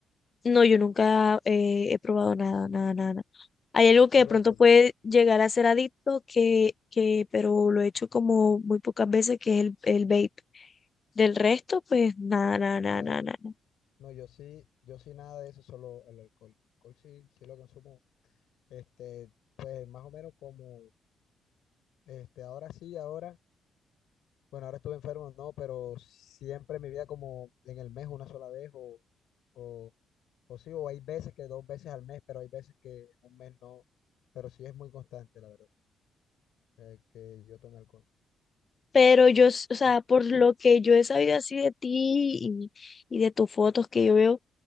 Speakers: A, on the left; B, on the left.
A: No, yo nunca eh, he probado nada, nada, nada, Hay algo
B: Solo
A: que de pronto
B: alcohol,
A: puede llegar a ser adicto, que, que, pero lo he hecho como muy pocas veces, que es el, el vape. Del resto, pues nada, nada, nada,
B: claro.
A: nada, nada.
B: No, yo sí, yo sí nada de eso, solo el alcohol. El alcohol sí, sí lo consumo. Este, pues más o menos como, este, ahora sí, ahora, bueno, ahora estuve enfermo, no, pero siempre en mi vida como en el mes una sola vez o, o, o sí, o hay veces que dos veces al mes, pero hay veces que un mes no, pero sí es muy constante, la verdad, eh, que yo tome alcohol.
A: Pero yo, s- o sea,
B: Ya-
A: por lo que yo he sabido así de ti y, y de tus fotos que yo veo, o